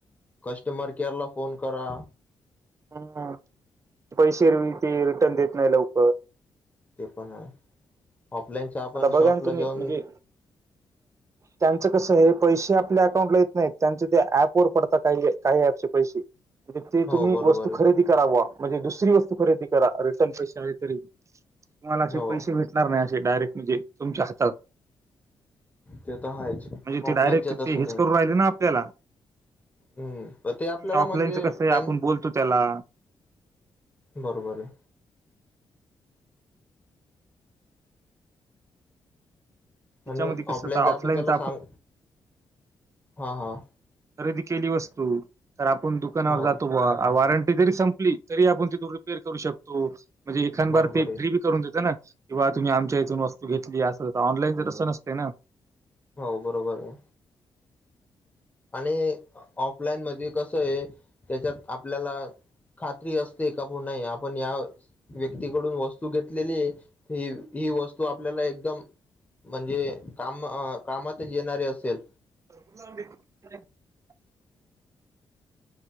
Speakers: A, on the left (about 20°); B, on the right (about 35°).
A: कस्टमर केअर ला फोन करा.
B: हम् पैसे ते रिटर्न देत नाही लवकर.
A: ते पण आहे. ऑफलाईनच आपण
B: आता बघा
A: शॉपला
B: ना तुम्ही
A: जाऊन
B: म्हणजे त्यांचं कस हे. पैसे आपल्या अकाउंट ला येत नाहीत त्यांचे ते ऍप वर पडतात काही काही ऍपचे पैसे म्हणजे ते
A: हो
B: तुम्ही
A: बरोबर
B: वस्तू
A: आहे
B: खरेदी कराव म्हणजे दुसरी वस्तू खरेदी करा रिटर्न पैसे तरी तुम्हाला असे
A: हो
B: पैसे भेटणार नाही असे डायरेक्ट म्हणजे तुमच्या हातात
A: ते तर आहेच
B: म्हणजे ते
A: ऑफलाईनच्या
B: डायरेक्ट
A: तसं
B: ते हेच
A: नाही
B: करून राहिले ना आपल्याला
A: हम्म ते आपल्याला
B: ऑफलाईनच
A: म्हणजे
B: कसं आहे
A: त्यां
B: आपण बोलतो त्याला
A: बरोबर आहे आणि
B: त्याच्यामध्ये कसं
A: ऑफलाईनच्या
B: ऑफलाईनच
A: आपण त्याला सांग हा हा
B: खरेदी केली वस्तू तर आपण दुकानावर
A: हा
B: जातो बा वॉरंटी जरी संपली तरी आपण तिथ र करू शकतो म्हणजे एखांदार
A: बरोबर
B: ते
A: आहे
B: फ्री बी करून देत ना किंवा तुम्ही आमच्या इथून वस्तू घेतली असेल तर ऑनलाईन जर तसं नसते ना
A: हो बरोबर आहे आणि ऑफलाईन मध्ये कस आहे त्याच्यात आपल्याला खात्री असते का पण नाही आपण या व्यक्तीकडून वस्तु घेतलेली ह ही वस्तू आपल्याला एकदम म्हणजे काम कामातच येणारे असेल
B: <unintelligible>